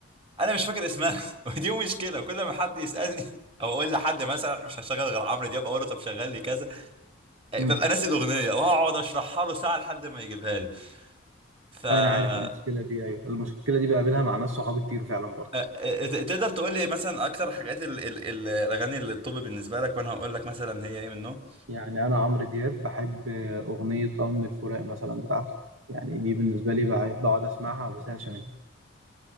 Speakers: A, on the right; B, on the right.
A: انا مش فاكر اسمها <laughs> ودي مشكله كل ما حد يسالني <laughs> او اقول لحد مثلا احنا مش هشغل غير عمرو دياب اقول له طب شغل لي كذا آه،
B: امم
A: ببقى ناسي الاغنيه واقعد اشرحها له ساعه لحد ما يجيبها لي ف آه،
B: انا عارف المشكله دي ايوه المشكله دي بقابلها مع ناس صحابي كتير فعلا برضه
A: آه، تقدر تقول لي مثلا اكتر حاجات ال- ال- ال- الاغاني اللي الطب بالنسبه لك وانا هقول لك مثلا هي ايه منهم
B: يعني أنا عمرو دياب بحب أغنية آه من الفراق مثلا بتاعته يعني دي بالنسبة لي بقعد بقعد أسمعها ما بزهقش منها